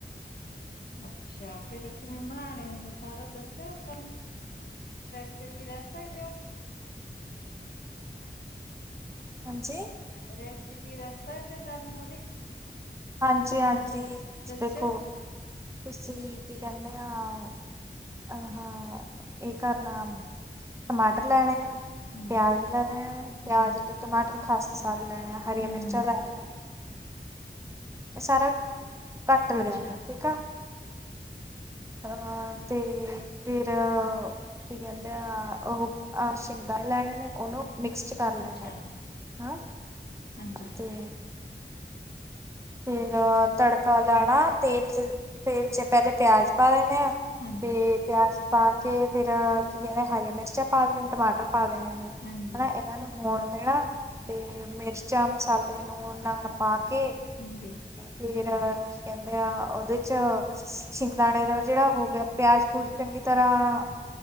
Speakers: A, on the left; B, on the right.
A: ਅੱਛਾ, ਫੇਰ ਏ ਕਿਵੇਂ ਬਣਾਣੇ ਹੁੰਦੇ ਸਾਰਾ ਦੱਸੇਓ ਸਾਨੂੰ? ਰੈਸੇਪੀ ਦਾੱਸ ਸਕਦੇ ਓ?
B: ਹਾਂਜੀ।
A: ਰੈਸਿਪੀ ਦਾੱਸ ਸਕਦੇ ਓ ਸਾਨੂੰ ਓਦੀ?
B: ਹਾਂਜੀ, ਹਾਂਜੀ
A: ਦੱਸਿਓ
B: ਦੇਖੋ ਤੂਸੀ ਕੀ ਕੈਂਦੇ ਹਾਂ ਅ ਹਾਂ ਏਕਾਰਨਾਮ। ਟਮਾਟਰ ਲੈਣੇ ਆ,
A: ਹਮ
B: ਪੇਆਜ ਲੈਣੇ ਆ
A: ਹਮ
B: ਪੇਆਜ ਤੇ ਟਮਾਟਰ ਖਾਸ ਮਸਾਲੇ ਲੈਣੇ ਆ, ਹਰੀਆਂ
A: ਹਮ
B: ਮਿਰਚਾਂ ਲੈ ਲੈਣੀਆਂ। ਐ ਸਾਰਾ ਘਾੱਟ ਲੱਗਦੈ
A: ਅੱਛਾ
B: ਐ, ਠੀਕ ਆ।
A: <inaudible>
B: ਆਰ ਤੇ ਫਿਰ ਕੀ ਕੈੰਦੇ ਆ, ਓ ਅ ਸ਼ਿੰਗਦਾਨੇ ਲੈਣੇ ਨੇ ਓਨੂੰ ਮਿਕਸ ਚ ਕਾਰ ਲੈਣੇ
A: ਅੱਛਾ
B: ਆ, ਹਾਂ
A: ਹਾਂਜੀ
B: ਤੇ ਫੇਰ ਤੱੜਕਾ ਲਾਣਾ ਤੇਲ ਚ, ਤੇਲ ਚ ਪੈਲੇ ਪੇਆਜ ਪਾ ਦੇਣੇ ਆ
A: ਹਾਂਜੀ।
B: ਪੇਆਜ ਪਾ ਕੇ ਫਿਰ ਕੀ ਕੈਂਨੇ ਹਰੀਆਂ ਮਿਰਚਾਂ ਪਾ ਦੇਨ ਟਮਾਟਰ ਪਾ ਦੇਣੇ ਨੇ।
A: ਹਾਂਜੀ
B: ਹਨਾ ਐਨਾਂ ਨੂੰ ਹੋਣ ਦੇਣਾ ਤੇ ਮਿਰਚਾਂ, ਮਸਾਲੇ ਨੂਨ ਨਾਣ ਪਾਕੇ
A: ਹਾਂਜੀ।
B: ਫੇਰ ਕੀ ਕੈਂਦੇ ਆ ਓਦੇ ਚ ਸਿ਼ੰਗਦਾਣੇ ਦਾ ਜੇੜਾ ਹੋ ਗੇਆ, ਪੇਆਜ ਪੂਜ ਚੰਗੀ ਤਰਾਂ